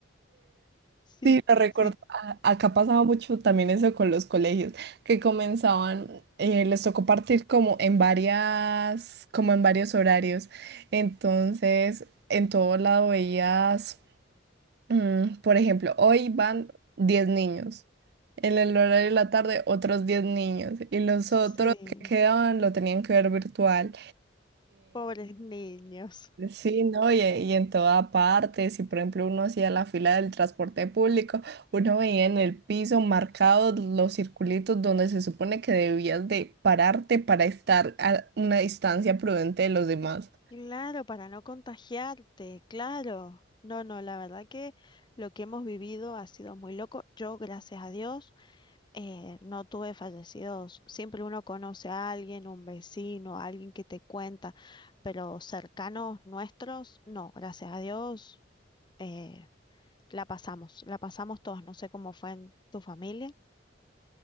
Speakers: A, on the left (about 25°); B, on the right (about 55°).
A: Sí,
B: Sí, lo
A: y
B: recuerdo.
A: sí,
B: A- Acá pasaba mucho también eso con los colegios, que comenzaban, eh, les tocó partir como en varias, como en varios horarios. Entonces, en todo lado veías Mm, por ejemplo, hoy van 10 niños. En el horario de la tarde, otros 10 niños. Y los
A: sí.
B: otros que quedaban lo tenían que ver virtual.
A: Pobres niños.
B: Sí, ¿no? Y, y en toda parte, si por ejemplo uno hacía la fila del transporte público, uno veía en el piso marcados los circulitos donde se supone que debías de pararte para estar a una distancia prudente de los demás.
A: Claro, para no contagiarte, claro. No, no, la verdad que lo que hemos vivido ha sido muy loco. Yo, gracias a Dios. eh, no tuve fallecidos. Siempre uno conoce a alguien, un vecino, alguien que te cuenta, pero cercanos nuestros, no, gracias a Dios, eh, la pasamos, la pasamos todos. No sé cómo fue en tu familia.